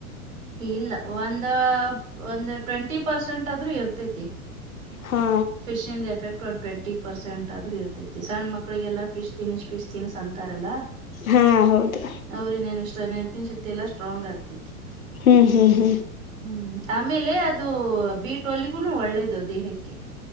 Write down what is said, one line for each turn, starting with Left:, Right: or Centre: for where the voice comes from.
Right: ಇಲ್ಲ ಒಂದ ಒಂದ್ ಟ್ವೆಂಟಿ ಪರ್ಸೆಂಟ್ ಆದ್ರೂ ಇರ್ತೈತಿ.
Left: ಹಾ
Right: ಫಿಶ ಇಂಡು ಎಫೆಕ್ಟ್ ಒಂದ್ ಟ್ವೆಂಟಿ. ಪರ್ಸೆಂಟ್ ಆದ್ರೂ ಇರ್ತೈತಿ ಸಣ್ಣ ಮಕ್ಕಳಿಗೆಲ್ಲ ಫಿಶ್ ತಿನಿಸ್ ಫಿಶ್ ತಿನಿಸ್ ಅಂತಾರಲ್ಲಾ.
Left: ಹಾಂ ಹೌದು.
Right: ಅವ್ರ ನೆನ್ಷ್ಟ ನೆನಪಿನ ಶಕ್ತಿ ಎಲ್ಲಾ ಸ್ಟ್ರಾಂಗ್ ಆಗ್ತೈತಿ.
Left: ಹ್ಮ್ ಹ್ಮ್ ಹ್ಮ್
Right: ಹ್ಮ್ ಆಮೇಲೆ ಅದು ಬೀಟ್ ಅಲ್ಲಿಗೂ ಒಳ್ಳೇದವು ದೇಹಕ್ಕೆ